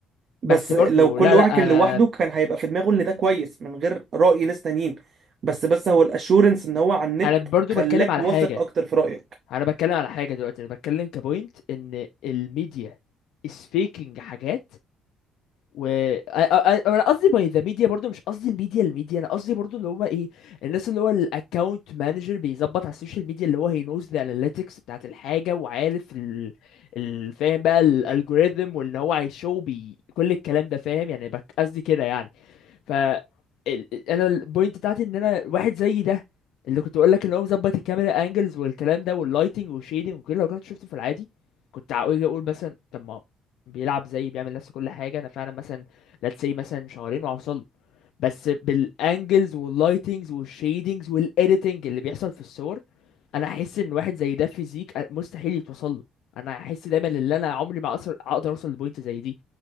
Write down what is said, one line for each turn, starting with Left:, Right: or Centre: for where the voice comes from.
Right: بس
Left: بس
Right: لو
Left: برضو
Right: كل
Left: لا
Right: واحد
Left: لا
Right: كان
Left: انا
Right: لوحده كان هيبقى في دماغه ان ده كويس من غير رأي ناس تانيين بس بس هو الاشورنس ان هو على النت
Left: انا برضو
Right: خلاك
Left: بتكلم على
Right: واثق
Left: حاجه
Right: اكتر في رأيك
Left: انا بتكلم على حاجه دلوقتي انا بتكلم كبوينت ان الميديا is faking حاجات و أ- أ- انا قصدي باي ذا ميديا برضو مش قصدي الميديا الميديا انا قصدي برضو اللي هو ايه الناس اللي هو الاكونت مانجر بيظبط على السوشيال ميديا اللي هو هي نوز ذا اناليتكس بتاعت الحاجه وعارف ال... ال... فاهم بقى الالجوريثم وان هو هيشو بي كل الكلام ده فاهم يعني بك- قصدي كده يعني ف ال- ال- انا البوينت بتاعتي ان انا واحد زي ده اللي كنت بقول لك اللي هو مظبط الكاميرا انجلز والكلام ده واللايتنج والشيدنج وكده لو كنت شفته في العادي كنت هقول اقول مثلا طب ما بيلعب زي بيعمل نفس كل حاجه انا فعلا مثلا let's say مثلا شهرين وهوصل له بس بالانجلز واللايتنجز والشيدنجز والايديتنج اللي بيحصل في الصور انا احس ان واحد زي ده فيزيك أ- مستحيل يتوصل له انا احس دايما ان انا عمري ما أصل... اقدر اوصل لبوينت زي دي